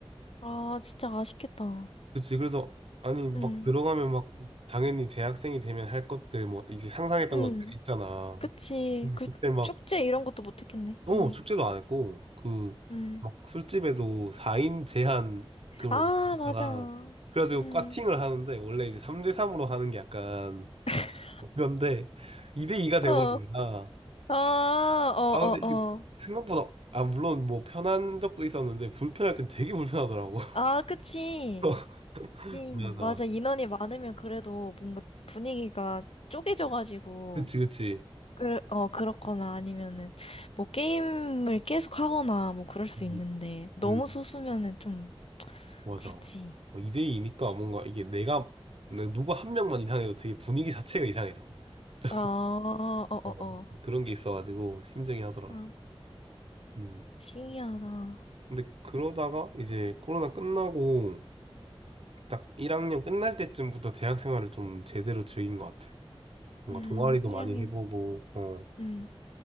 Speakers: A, on the left (about 70°); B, on the right (about 70°).
A: 아, 진짜 아쉽겠다.
B: 그치. 그래서, 아니, 막
A: 음,
B: 들어가면 막, 당연히 대학생이 되면 할 것들, 뭐, 이제 상상했던
A: 음,
B: 것들 있잖아.
A: 그치.
B: 근데
A: 그
B: 그때 막,
A: 축제 이런 것도 못 했겠네.
B: 어,
A: 음,
B: 축제도 안 했고, 그,
A: 음.
B: 막 술집에도 4인 제한, 그, 뭐,
A: 아,
B: 있잖아.
A: 맞아.
B: 그래가지고
A: 음,
B: 꽈팅을 하는데, 원래 이제 3대3으로 하는 게 약간,
A: <laughs>
B: 그런데 2대2가 돼버리니까
A: 어, 아, 어,
B: 아 근데
A: 어,
B: 이게
A: 어.
B: 생각보다 아 물론 뭐 편한 적도 있었는데 불편할 땐 되게 불편하더라고
A: 아, 그치.
B: <laughs>
A: 음,
B: 맞아
A: 맞아. 인원이 많으면 그래도 뭔가 분위기가 쪼개져가지고,
B: 그치 그치
A: 그, 어, 그렇거나 아니면은, 뭐 게임을 계속 하거나 뭐 그럴 수
B: 음,
A: 있는데, 너무
B: 음,
A: 소수면은 좀,
B: 맞아
A: 그렇지.
B: 2대2니까 뭔가 이게 내가 내가 누구 한 명만 이상해도 되게 분위기 자체가 이상해져 <laughs> 좀
A: 아, 어어어.
B: 어, 그런 게 있어가지고 힘들긴 하더라
A: 아,
B: 음.
A: 신기하다.
B: 근데 그러다가 이제 코로나 끝나고 딱 1학년 끝날 때쯤부터 대학 생활을 좀 제대로 즐긴 것 같아 뭔가
A: 음,
B: 동아리도
A: 1학년,
B: 많이 해보고 어
A: 음,